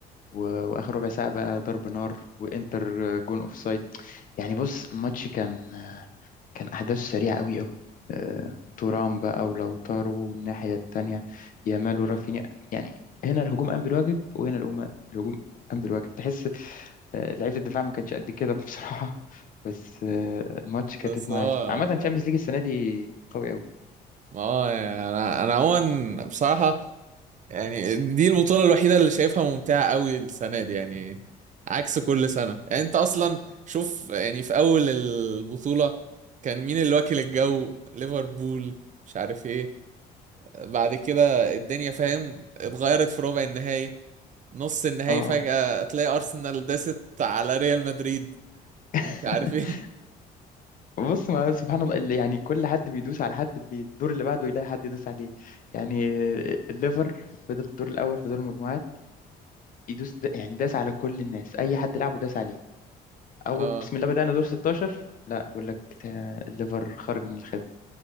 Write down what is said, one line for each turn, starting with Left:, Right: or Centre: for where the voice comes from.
Left: واخر ربع ساعه بقى ضرب نار وانتر آه، جون اوف سايد يعني بص الماتش كان آه، كان أحداث سريعة أوي أوي آه، تورام بقى ولوتارو الناحية التانية يامال ورافينيا يعني هنا الهجوم قام بالواجب وهنا الهجوم الهجوم قام بالواجب تحس آه، لعيبة الدفاع ما كانتش قد كده بصراحة <laughs> بس آه، الماتش كان
Right: <laughs> بس
Left: رتمه
Right: هو
Left: عالي عامة الشامبيونز ليج السنة دي قوي أوي
Right: ما هو يعني انا انا عموما بصراحه يعني دي البطولة الوحيدة اللي شايفها ممتعة قوي السنة دي يعني عكس كل سنة يعني انت اصلا شوف يعني في اول البطولة كان مين اللي واكل الجو ليفربول مش عارف ايه بعد كده الدنيا فاهم اتغيرت في ربع النهائي نص النهائي
Left: اه
Right: فجأة تلاقي ارسنال داست على ريال مدريد
Left: <laughs>
Right: مش عارف ايه
Left: بص ما سبحان الله اللي يعني كل حد بيدوس على حد بالدور اللي بعده يلاقي حد يدوس عليه يعني آه، الليفر فضل الدور الأول في دور المجموعات يدوس د- يعني داس على كل الناس أي حد لعبه داس عليه اول
Right: <laughs>
Left: بسم الله بدأنا دور 16 لا بيقول لك تا- الليفر خرج من الخدمة